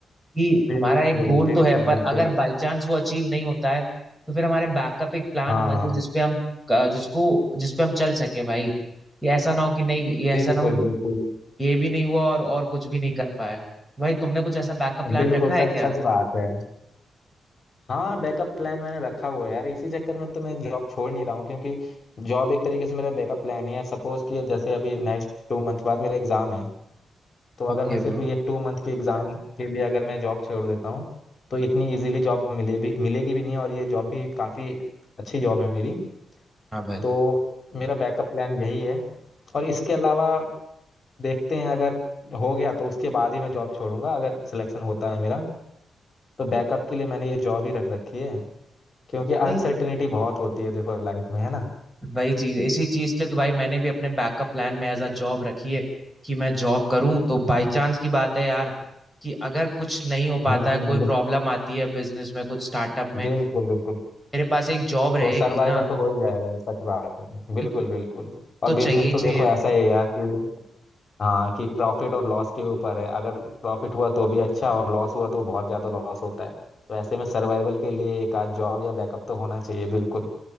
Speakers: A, in the centre; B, on the left (about 40°).
A: कि
B: बिल्कुल
A: हमारा एक गोल
B: बिल्कुल
A: तो है पर
B: बिल्कुल
A: अगर बाई चांस वो अचीव नहीं होता है तो फिर हमारे बैकअप एक प्लान
B: हाँ
A: होना चाहिए जिसपे हम अ, जिसको जिसपे हम चल सके भाई कि ऐसा ना हो कि नहीं ये ऐसा
B: बिल्कुल
A: ना हो
B: बिल्कुल
A: ये भी नहीं हुआ और और कुछ भी नहीं कर पाए भाई तुमने कुछ ऐसा बैकअप प्लान
B: बिल्कुल
A: रखा है
B: सच
A: बिल्कुल क्या
B: सच बात है हाँ बैकअप प्लान मैंने रखा हुआ है यार इसी चक्कर में तो मैं जॉब छोड़ नहीं रहा हूँ क्योंकि जॉब एक तरीके से मेरा बैकअप प्लान है सपोज कि जैसे अभी नेक्स्ट टू मंथ बाद मेरा एग्जाम है तो
A: भाई
B: अगर
A: ओके
B: मैं सिर्फ
A: ब्रो
B: ये टू मंथ के एग्जाम के लिए अगर मैं जॉब छोड़ देता हूँ तो इतनी इजीली जॉब मिले भी मिलेगी भी नहीं और ये जॉब भी काफ़ी अच्छी जॉब है मेरी
A: हाँ भाई
B: तो मेरा बैकअप प्लान यही है और इसके अलावा देखते हैं अगर हो गया तो उसके बाद ही मैं जॉब छोड़ूंगा अगर सिलेक्शन होता है मेरा तो बैकअप के लिए मैंने ये जॉब ही रख रखी है क्योंकि अनसर्टिनिटी
A: भाई
B: बहुत होती है देखो लाइफ में है ना
A: वही चीज इसी चीज के लिए तो भाई मैंने भी अपने बैकअप प्लान में एज अ जॉब रखी है कि मैं जॉब करूं तो बाय चांस की बात है यार कि अगर कुछ नहीं हो पाता
B: हम्म
A: है कोई
B: हम्म,
A: प्रॉब्लम आती है बिजनेस में कुछ स्टार्टअप में
B: बिल्कुल बिल्कुल
A: मेरे पास एक जॉब रहेगी
B: तो सर्वाइवल
A: ना
B: तो हो ही जाएगा सच बात है बिल्कुल
A: एक
B: बिल्कुल और
A: तो चाहिए
B: बिजनेस
A: ही
B: तो देखो
A: चाहिए
B: ऐसा ही है यार कि हाँ कि प्रॉफिट और लॉस के ऊपर है अगर प्रॉफिट हुआ तो भी अच्छा और लॉस हुआ तो बहुत ज्यादा लॉस होता है तो ऐसे में सर्वाइवल के लिए एक आध जॉब या बैकअप तो होना चाहिए बिल्कुल